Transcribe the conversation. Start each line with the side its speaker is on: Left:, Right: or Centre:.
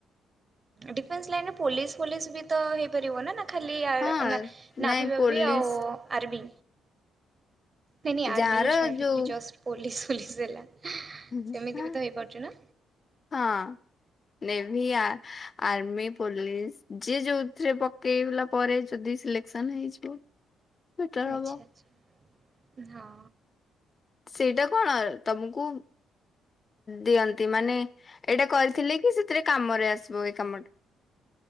Right: ଡିଫେନ୍ସ ଲାଇନରେ ପୋଲିସ ଫୋଲିସ ବି ତ ହେଇପାରିବ ନା ନା ଖାଲି ଆ
Left: ହଁ
Right: ନାଭି
Left: ନାଇଁ
Right: ଫାବି
Left: ପୋଲିସ
Right: ଆଉ ଆର୍ମି ନାଇଁ ନାଇଁ ଆର୍ମି
Left: ଯାହାର
Right: କ ଛାଡ଼ିକି
Left: ଯୋଉ
Right: ଜଷ୍ଟ ପୋଲିସ ଫୋଲିସ୍ ହେଲା।
Left: ହଁ।
Right: ସେମିତି ବି ତ ହେଇପାରୁଛି ନା?
Left: ନେଭି ଆର୍ମି ପୋଲିସି ଯିଏ ଯୋଉଥିରେ ପକେଇଲା। ପରେ ଯଦି ସିଲେକ୍ସନ ହେଇଯିବ। ବେଟର
Right: ଆଚ୍ଛା
Left: ହବ
Right: ଆଚ୍ଛା ହଁ।
Left: ସେଇଟା କଣ ତମକୁ ଦିଅନ୍ତି ମାନେ ଏଇଟା କରିଥିଲେ କି ସେଥିରେ କାମରେ ଆସିବ ଏଇ କାମଟା।